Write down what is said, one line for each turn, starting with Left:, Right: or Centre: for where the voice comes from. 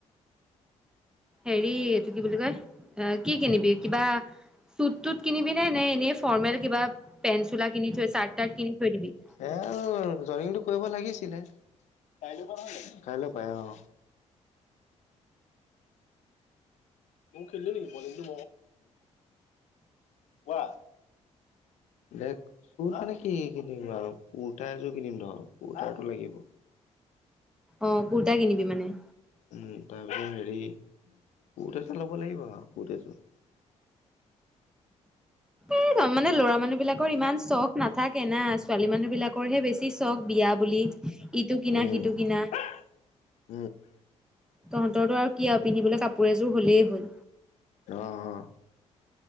Centre: হেৰি এইটো কি বুলি কয় এ কি কিনিবি কিবা- চুট টোত কিনিবি নে নে এনেই ফৰ্মেল কিবা পেন্ট চোলা কিনি থৈ চাৰ্ট তাৰ্ট কিনি থৈ দিবি।
Left: খেল জয়নিং টো কৰিব লাগিছিলে কাইলৈ পা নহয় জানোঁ কাইলৈ পা অ মইও খেলিম নেকি বলিং টো, কোৱা- দে চুত মানে কি কিনিম আৰু কুৰ্তা এযোৰ কিনিম ধৰ কুৰ্তাটো লাগিব।
Centre: অঁ কুৰ্তা কিনিবি মানে-
Left: উম তাৰপিছত হেৰি কুট এটা ল'ব লাগিব আৰু কুট এযোৰ।
Centre: এইদম মানে ল'ৰা মানুহ বিলাকৰ ইমান চখ- নাথাকে না ছোৱালী মানুহ বিলাকৰহে বেছি চখ বিয়া বুলি ইটো কিনা
Left: উম
Centre: সিটো কিনা।
Left: <unintelligible>
Centre: তহঁতৰটো আৰু কি আৰু পিন্ধিবলৈ কাপোৰ এযোৰ হলেই হল।
Left: অ অ